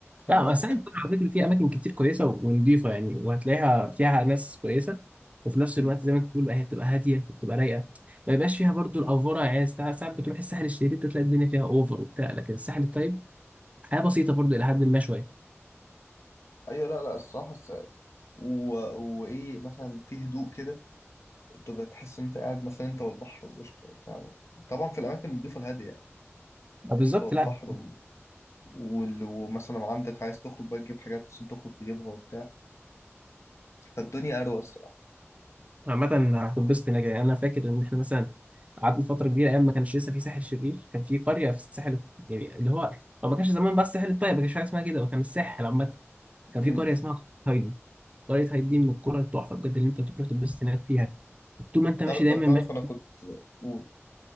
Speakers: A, on the right (about 30°); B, on the left (about 70°).
A: لا
B: اللي
A: بس
B: هو
A: ساحل
B: حته
A: الطيب على فكرة فيه أماكن كتير كويسة ونضيفة يعني وهتلاقيها فيها ناس كويسة وفي نفس
B: <laughs> مم.
A: الوقت زي ما أنت بتقول بقى هي بتبقى هادية وبتبقى رايقة ما يبقاش فيها برضو الأفورة يعني ساعات ساعات بتروح الساحل الشرير ده تلاقي الدنيا فيها أوفر وبتاع لكن الساحل الطيب حياة بسيطة برضو إلى حد ما شوية
B: ايوه لا لا الصراحه الس... و... وايه مثلا في هدوء كده تبقى تحس ان انت قاعد مثلا انت والبحر والقشطه وبتاع طبعا في الاماكن النظيفه الهاديه
A: آه، بالظبط
B: يعني انت والبحر
A: لا
B: و... وال- ومثلا عندك عايز تخرج بقى تجيب حاجات مثلا تخرج تجيبها وبتاع فالدنيا اروق الصراحه
A: عامة هتنبسط هناك يعني أنا فاكر إن إحنا مثلا قعدنا فترة كبيرة أيام ما كانش لسه في ساحل شرير كان في قرية في الساحل يعني اللي هو هو ما كانش زمان بس الساحل الطيب ما كانش في حاجة اسمها كده وكان الساحل عامة كان
B: امم
A: في قرية اسمها قرية طريقتها هيدي من الكرة التحفة بجد اللي انت تروح تتبسط هناك فيها طول ما انت ماشي
B: تعرف
A: دايما
B: تعرف
A: ماشي.
B: انا كنت قول